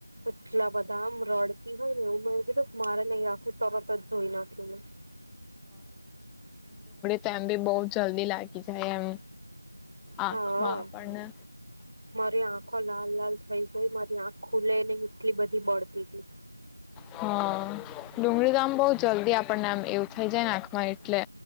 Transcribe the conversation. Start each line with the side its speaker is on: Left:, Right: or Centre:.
Right: એટલા બધા આમ રડ કે હોય ને એવું મને કીધું મારે નઈ રાખવું, તરતજ ધોઈ નાખ્યું મેં
Centre: તેમ બી બઉ જલ્દી લાગી જાય, એમ આંખમાં
Right: હા
Centre: આપણને
Right: મારી આંખો લાલ લાલ થઈ ગઈ, મારી આંખ ખુલે નઈ એટલી બધી બળતી તી
Centre: હા ડુંગળી તો આમ બઉ જલ્દી આપણને આમ એવું થઇ જાય ને આંખમાં એટલે.